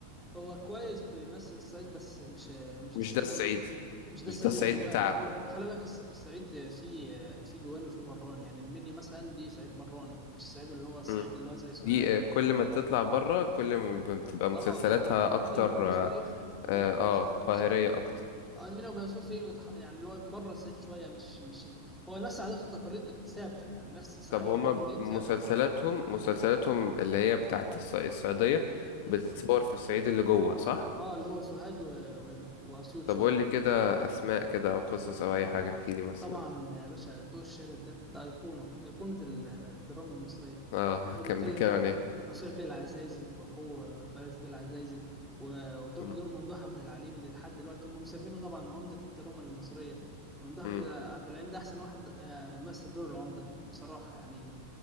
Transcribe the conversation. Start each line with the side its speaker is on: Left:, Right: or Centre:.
Centre: هو كويس بيمثل الصعيد بس مش مش
Left: مش
Centre: الصعيد
Left: ده الصعيد
Centre: اللي هو مش ده
Left: مش
Centre: الصعيد
Left: ده الصعيد
Centre: الجواني
Left: بتاعكم
Centre: هو هو خلي بالك الص- الصعيد فيه فيه جواني وفيه براني يعني المنيا مثلا دي صعيد براني مش الصعيد اللي هو الصعيد
Left: مم.
Centre: اللي هو زي سوهاج
Left: دي آه، كل ما تطلع بره كل ما بتبقى مسلسلاتها
Centre: اه يعني المنيا
Left: أكتر
Centre: وبني
Left: آه
Centre: سويف المنيا
Left: آه،
Centre: وبني سويف ما
Left: قاهرية
Centre: فيش الكلام
Left: أكتر
Centre: اه المنيا وبني سويف ايه متح... يعني اللي هو بره الصعيد شويه مش مش ال... هو نفس العادات والتقاليد ثابته يعني نفس العادات
Left: طب هما
Centre: والتقاليد
Left: مسلسلاتهم
Centre: ثابته
Left: مسلسلاتهم اللي هي بتاعت الص- الصعيدية
Centre: مم.
Left: بتتصور في الصعيد اللي جوه صح؟
Centre: اه اللي هو سوهاج و- وهنا واسيوط
Left: طب
Centre: شويه
Left: قول لي كده أسماء كده أو قصص أو أي حاجة احكي لي مثلا
Centre: طبعا يا باشا الضوء الشارد ده ده أيقونة أيقونة ال- الدراما المصرية
Left: اه <laughs>
Centre: هو بيتكلم
Left: كان بيتكلم
Centre: عن
Left: عن ايه؟
Centre: رفيع بيه العزايزي وأخوه فارس بيه العزايزي و- ود- ودور
Left: مم.
Centre: ممدوح عبد العليم اللي لحد دلوقتي هم مسمينه طبعا عمدة الدراما المصرية ممدوح عبد
Left: مم.
Centre: عبد العليم ده أحسن واحد آه، مثل دور العمدة بصراحة يعني